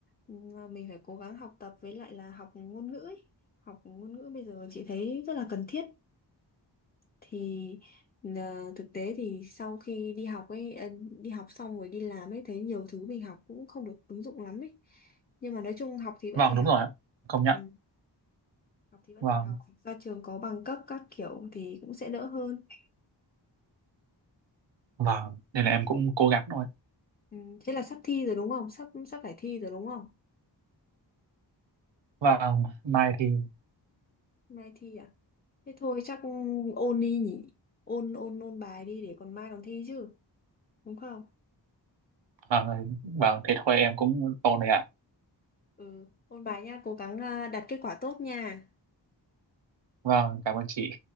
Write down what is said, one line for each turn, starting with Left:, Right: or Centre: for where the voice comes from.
Left: ừ, mình phải cố gắng học tập với lại là học ngôn ngữ ấy. Học ngôn ngữ bây giờ chị thấy rất là cần thiết. thì à, thực tế thì sau khi đi học ấy à, đi học xong rồi đi làm ấy thấy nhiều thứ mình học cũng không được ứng dụng lắm ấy nhưng mà nói chung học thì vẫn
Right: vâng
Left: phải học
Right: đúng rồi ạ. công nhận
Left: ừ, học thì vẫn
Right: vâng
Left: phải học ra trường có bằng cấp các kiểu thì cũng sẽ đỡ hơn
Right: vâng nên là em cũng cố gắng thôi
Left: ừ, thế là sắp thi rồi đúng không sắp sắp phải thi rồi đúng không
Right: vâng mai thì
Left: mai thi à thế thôi chắc ôn đi nhỉ ôn ôn ôn bài đi để còn mai còn thi chứ đúng không
Right: vâng vâng thế thôi em cũng ổn rồi ạ
Left: ừ ôn bài nha cố gắng à, đạt kết quả tốt nha
Right: vâng cảm ơn chị